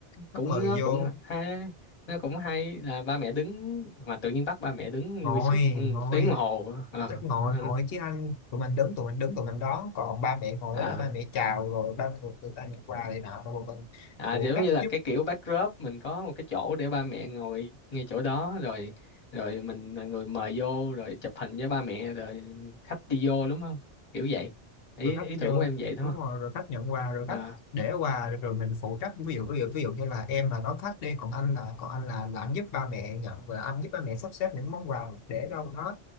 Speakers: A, on the left (about 35°); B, on the left (about 60°).
A: cũng
B: khách mời
A: nó
B: vô
A: cũng ha nó cũng hay là ba mẹ đứng mà tự nhiên bắt ba mẹ đứng
B: ngồi
A: nguyên suốt một
B: ngồi
A: tiếng đồng hồ Ờ.
B: chắc ngồi
A: ờ.
B: ngồi chứ anh tụi mình đứng tụi mình đứng tụi mình đón còn ba mẹ ngồi
A: à
B: đó là ba mẹ chào rồi ba mẹ người ta nhận quà này nọ rồi bọn mình
A: à
B: phụ
A: giống
B: trách
A: như là
B: giúp
A: cái kiểu backdrop mình có một cái chỗ để ba mẹ ngồi ngay chỗ đó rồi rồi mình là người mời vô rồi chụp hình với ba mẹ rồi khách đi vô đúng không kiểu vậy ý
B: rồi khách
A: ý
B: vô
A: tưởng của em vậy đúng
B: đúng
A: không
B: rồi rồi khách nhận quà rồi
A: à
B: khách để quà rồi mình phụ trách ví dụ ví dụ ví dụ như là em là nói khách đi còn anh là còn anh là là anh giúp ba mẹ nhận và anh giúp ba mẹ sắp xếp những món quà để đâu nó